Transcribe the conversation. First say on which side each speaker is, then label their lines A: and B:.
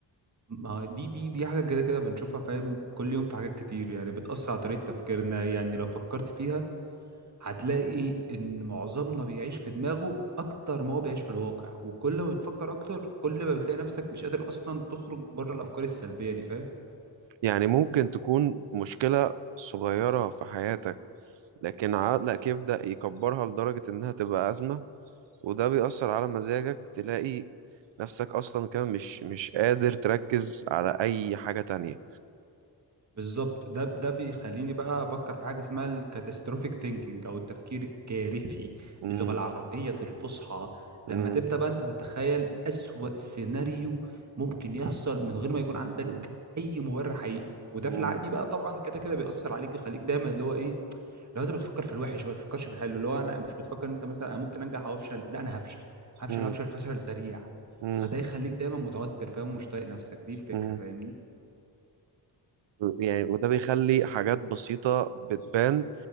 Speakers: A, on the right (about 40°); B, on the right (about 85°).
A: ما هو دي دي دي حاجة كده كده بنشوفها فاهم كل يوم في حاجات كتير يعني بتأثر على طريقة تفكيرنا يعني لو فكرت فيها هتلاقي إن معظمنا بيعيش في دماغه أكتر ما هو بيعيش في الواقع وكل ما بتفكر أكتر كل ما بتلاقي نفسك مش قادر أصلا تخرج بره الأفكار السلبية دي فاهم
B: يعني ممكن تكون مشكلة صغيرة في حياتك لكن عقلك يبدأ يكبرها لدرجة انها تبقى أزمة وده بيأثر على مزاجك تلاقي نفسك أصلا كمان مش مش قادر تركز على أي حاجة تانية
A: بالظبط ده ده بيخليني بقى افكر في حاجه اسمها الكاتاستروفيك ثينكينج او التفكير الكارثي
B: مم،
A: باللغه العربيه الفصحى
B: مم،
A: لما تبدا بقى انت تتخيل اسوأ سيناريو ممكن يحصل من غير ما يكون عندك
B: مم،
A: اي مبرر حقيقي وده
B: مم،
A: في العادي بقى طبعا كده كده بيأثر عليك يخليك دايما اللي هو ايه لو انت بتفكر في الوحش ما بتفكرش في الحلو اللي هو انا مش بتفكر إن انت مثلا انا ممكن انجح او افشل لا انا هفشل هفشل
B: مم،
A: هفشل فشل ذريع
B: مم،
A: فده يخليك دايما متوتر فاهم مش طايق نفسك دي الفكره
B: مم.
A: فاهمني
B: يعني وده بيخلي حاجات بسيطة بتبان